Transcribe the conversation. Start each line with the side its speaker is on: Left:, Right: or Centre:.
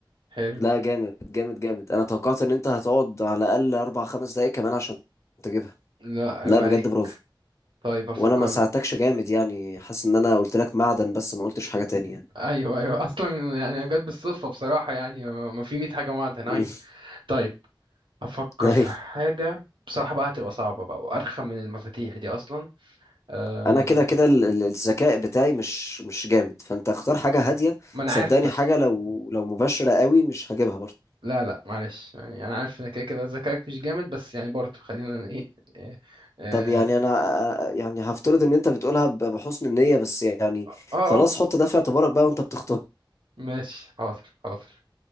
Right: حلو
Left: لا جامد جامد جامد انا توقعت ان انت هتقعد على الاقل اربع خمس دقايق كمان عشان تجيبها
Right: لا عيب
Left: لا بجد
Right: عليك
Left: برافو
Right: طيب افكر
Left: وانا ما ساعدتكش جامد يعني حاسس ان انا قلت لك معدن بس ما قلتش حاجة تانية يعني
Right: ايوه ايوه <laughs> اصلا يعني أنا جت بالصدفة بصراحة يعني ما في 100 حاجة معدن اي
Left: مم.
Right: طيب افكر
Left: <laughs> أيوة.
Right: في حاجه بصراحه بقى هتبقى صعبه بقى وارخم من المفاتيح دي اصلا أم...
Left: انا كده كده ال- ال- الذكاء بتاعي مش مش جامد فانت اختار حاجة هادية
Right: ما انا
Left: صدقني
Right: عارف بس
Left: حاجة لو لو مباشرة قوي مش هجيبها برضو
Right: لا لا معلش يعني انا عارف ان كده كده ذكائك مش جامد بس يعني برضه خلينا ايه إيه، اه
Left: طب يعني انا يعني هفترض ان انت بتقولها ب- بحسن النية بس يعني
Right: اه آه،
Left: خلاص حط ده في اعتبارك بقى وانت بتختار
Right: ماشي حاضر حاضر